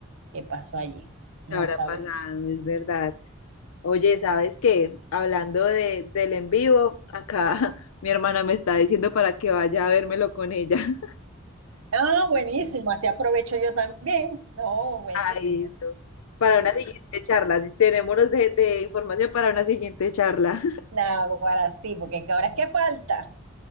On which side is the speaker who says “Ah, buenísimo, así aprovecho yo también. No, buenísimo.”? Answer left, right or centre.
Right